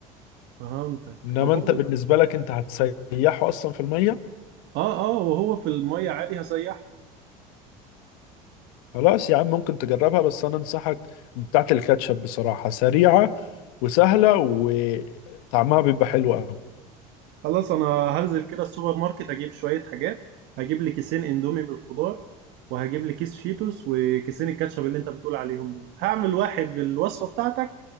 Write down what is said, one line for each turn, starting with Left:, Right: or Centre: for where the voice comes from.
Right: فهمتك
Left: انما
Right: طب هو
Left: انت بالنسبة لك انت هتسيحه اصلا في المية
Right: اه اه وهو في الميه عادي هسيحه
Left: خلاص يا عم ممكن تجربها بس انا انصحك بتاعت الكاتشب بصراحة سريعة وسهلة وطعمها بيبقى حلو قوي
Right: خلاص انا هنزل كده السوبر ماركت اجيب شوية حاجات هجيب لي كيسين اندومي بالخضار وهجيب لي كيس شيتوس وكيسين الكاتشب اللي انت بتقول عليهم دول هعمل واحد بالوصفة بتاعتك